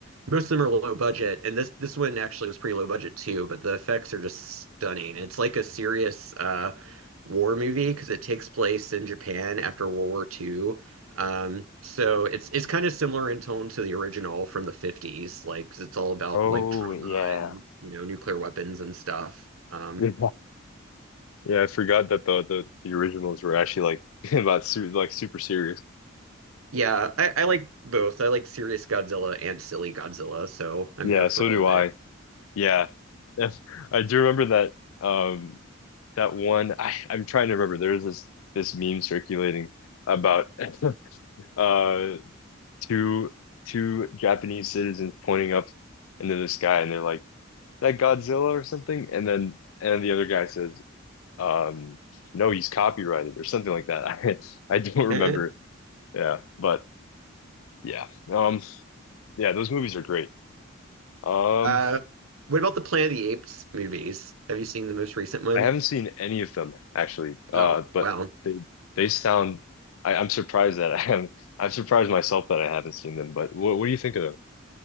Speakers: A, on the right; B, on the left.
A: most of them are low budget, and this this one actually was pretty low budget too. But the effects are just stunning. It's like a serious uh war movie because it takes place in Japan after World War II. Um, so it's it's kind of similar in tone to the original from the 50s, like 'cause it's all about
B: Oh,
A: like trauma
B: yeah.
A: and
B: <laughs>
A: you know nuclear weapons and stuff. Um,
B: Yeah, Yeah, I forgot that the the, the originals were actually like <laughs> about su like super serious.
A: Yeah, I, I like both. I like serious Godzilla and silly Godzilla, so I'm
B: Yeah,
A: here for
B: so
A: all
B: do
A: of
B: I.
A: it.
B: Yeah, <laughs> Yes. I do remember that. Um, that one. I I'm trying to remember. There's this this meme circulating about <laughs> uh two two Japanese citizens pointing up into the sky, and they're like that Godzilla or something, and then and the other guy says, um, no, he's copyrighted or something like that. <laughs> I I don't remember.
A: Eh.
B: Yeah, but yeah, um, yeah, those movies are great. Um,
A: Uh, what about the Planet of the Apes movies? Have you seen the most recent one?
B: I haven't seen any of them actually, uh,
A: Oh,
B: but
A: wow.
B: they they sound. I, I'm surprised that I haven't. I'm surprised myself that I haven't seen them. But what what do you think of